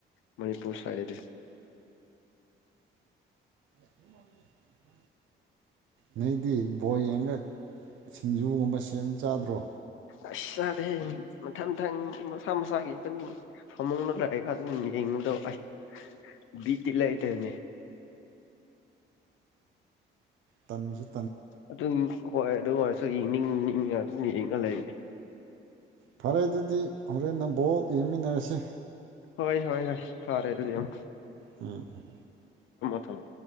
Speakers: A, on the left; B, on the right.
A: ꯃꯅꯤꯄꯨꯔ ꯁꯥꯏꯗꯗ
B: ꯎꯝ <unintelligible> ꯅꯣꯏꯗꯤ ꯕꯣꯌꯦꯟꯒ ꯁꯤꯡꯖꯨꯒꯨꯝꯕ ꯁꯦꯝ ꯆꯥꯗ꯭ꯔꯣ
A: ꯑꯁ ꯆꯥꯗ‌ꯦꯍ‌ꯦ ꯃꯊꯪ ꯃꯊꯪ ꯃꯁꯥ ꯃꯁꯥꯒꯤ ꯑꯗꯨ ꯐꯃꯨꯡꯅ ꯂꯩꯑꯒ ꯑꯗꯨꯝ ꯌꯦꯡꯉ ꯃꯗ ꯑꯁ ꯕꯤꯠꯇꯤ ꯂꯩꯇꯕꯅꯤ
B: ꯇꯟꯁꯨꯨ
A: ꯑꯗꯨꯝ ꯍꯣꯏ ꯑꯗꯨ ꯑꯣꯏꯔꯁꯨ ꯌꯦꯡꯅꯤꯡꯅꯤꯡꯉ ꯑꯗꯨꯝ ꯌꯦꯡꯉ ꯂꯩꯕꯅꯤ
B: ꯐꯔꯦ ꯑꯗꯨꯗꯤ ꯍꯣꯔꯦꯟꯟꯅ ꯕꯣꯜ ꯌꯦꯡꯃꯤꯟꯅꯔꯁꯤ
A: ꯍꯣꯏ ꯍꯣꯏ ꯍꯣꯏ ꯐꯥꯔꯦ ꯑꯗꯨꯗꯤ ꯌꯥꯝ
B: ꯎꯝ ꯎꯝ
A: ꯊꯝꯃ‌ꯦ